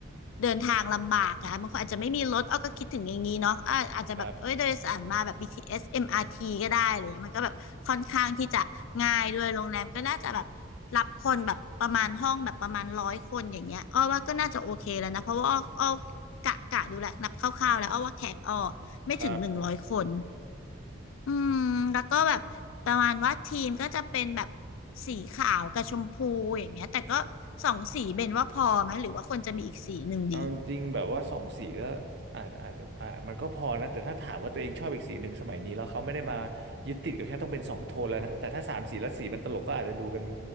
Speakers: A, on the left; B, on the right.
A: เดินทางลำบากอะบางคนอาจจะไม่มีรถอ้อก็คิดถึงอย่างนี้เนาะอ่าอาจจะแบบเอ้ยโดยสารมาแบบ
B: ครับ
A: BTS MRT ก็ได้อะไรเงี้ยมันก็แบบค่อนข้างที่จะง่ายด้วยโรงแรมก็น่าจะแบบรับคนแบบประมาณห้องแบบประมาณร้อยคนอย่างเงี้ยอ้อว่าก็น่าจะโอเคแล้วนะเพราะว่าอ้ออ้อกะกะดูแลวนับคร่าวๆแล้วอ้อว่าแขกอ้อไม่ถึงหนึ่งร้อยคน
B: ครับ
A: อืมแล้วก็แบบประมาณว่าทีมก็จะเป็นแบบสีขาวกับชมพูอย่างเงี้ยแต่ก็สองสีเบนว่าพอไหมหรือว่าควรจะมีอีกสีหนึ่งดี
B: เอาจริงๆแบบว่าสองสีก็อาจอาจอามันก็พอนะแต่ถ้าถามว่าตัวเองชอบอีกสีหนึ่งสมัยนี้แล้วเขาไม่ได้มายึดติดกับแค่ต้องเป็นสองโทนแล้วนะแต่ถ้าสามสีแล้วสีมันตลกก็อาจจะดูเป็น